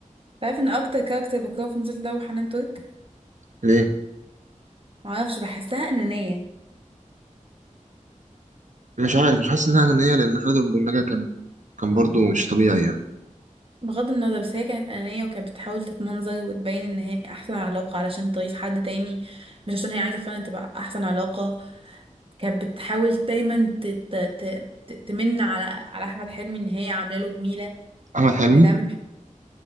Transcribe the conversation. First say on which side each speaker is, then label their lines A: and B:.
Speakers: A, on the right; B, on the right.
A: تعرف ان اكتر كاركتر بكرهه في المسلسل ده هو حنان ترك
B: ليه؟
A: معرفش بحسها انانيه
B: مش عارف مش حاسس إنها أنانية لأن خالد أبو النجا كان كان برضه مش طبيعي يعني
A: بغض النظر بس هي كانت أنانية وكانت بتحاول تتمنظر وتبين إن هي أحسن علاقة علشان ترضي حد تاني مش عشان هي عايزة فعلا تبقى أحسن علاقة كانت بتحاول دايما ت- ت- ت- ت- تمن على على أحمد حلمي إن هي عاملة له جميلة
B: احمد حلمي
A: وده مش